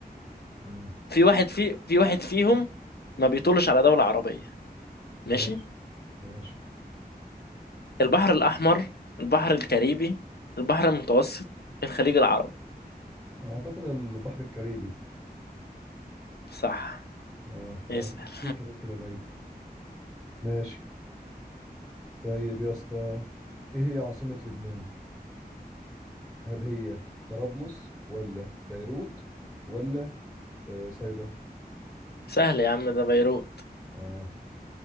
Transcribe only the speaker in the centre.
مم.
ماشي ماشي
أعتقد البحر الكاريبي
اه ده
عند المكسيك هناك كده بعيد ماشي طيب يا اسطى ايه هي عاصمة لبنان هل هي طرابلس ولا بيروت ولا آه صيدا
اه